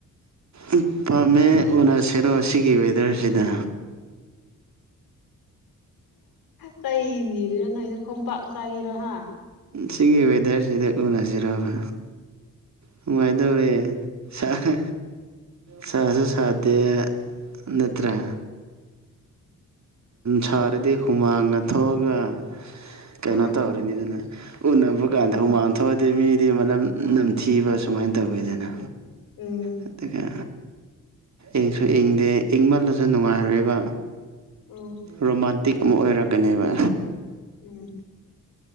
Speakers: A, on the right (about 55°); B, on the left (about 90°).
A: ꯎꯝ ꯄꯥꯝꯃꯦ ꯎꯅꯁꯤꯔꯣ ꯁꯤꯒꯤ ꯋꯦꯗꯔꯁꯤꯗ
B: ꯆꯩ ꯅꯤꯔꯤꯔꯣ ꯅꯪꯁꯦ ꯈꯣꯝꯄꯥꯛ ꯆꯥꯒꯔꯣ ꯍꯥ
A: ꯁꯤꯒꯤ ꯋꯦꯗꯔꯁꯤꯗ ꯎꯅꯁꯤꯔꯕ ꯅꯨꯡꯉꯥꯏꯗꯧꯔꯦ ꯁ ꯍꯥ ꯁꯥꯁꯨ ꯁꯥꯗꯦ ꯅꯠꯇ꯭ꯔꯥ ꯁꯥꯔꯗꯤ ꯍꯨꯃꯥꯡꯒ ꯊꯣꯛꯑꯒ ꯀꯩꯅꯣ
B: ꯎꯝ ꯎꯝ
A: ꯇꯧꯔꯦꯅꯤꯗꯅ ꯎꯟꯅꯕꯒꯥꯟꯗ
B: ꯎꯝ
A: ꯍꯨꯃꯥꯡ ꯊꯣꯛꯑ ꯗꯤ ꯃꯤꯗꯤ ꯃꯅꯝ ꯅꯝꯊꯤꯕ ꯁꯨꯃꯥꯏꯟ ꯇꯧꯋꯤꯗꯅ
B: ꯎꯝ
A: ꯑꯗꯨꯒ ꯏꯪꯁꯨ ꯏꯪꯗꯦ ꯏꯪꯃꯜꯂꯁꯨ ꯅꯨꯡꯉꯥꯏꯔꯣꯏꯕ
B: ꯎꯝ ꯎꯝ
A: ꯔꯣꯃꯥꯟꯇꯤꯛ ꯑꯃ ꯑꯣꯏꯔꯛꯀꯅꯦꯕ
B: ꯎꯝ